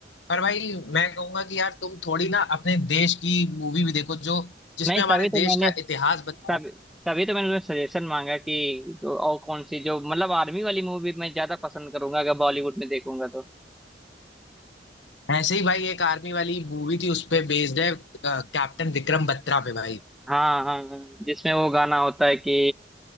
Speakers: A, on the left (about 80°); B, in the centre.
A: पर भाई मैं कहूंगा कि यार तुम थोड़ी ना अपने देश की मूवी भी देखो जो जिसमें
B: नहीं
A: हमारे
B: तभी तो
A: देश
B: मैंने
A: का इतिहास बताया
B: तभी तभी तो मैंने सजेशन मांगा कि तो और कौन सी जो मतलब आर्मी वाली मूवी मैं ज्यादा पसंद करूंगा अगर बॉलीवुड में देखूंगा तो
A: ऐसे ही भाई एक आर्मी वाली मूवी थी उस पे बेस्ड है अ, कैप्टन विक्रम बत्रा पे भाई
B: हाँ हाँ हाँ जिसमें वो गाना होता है कि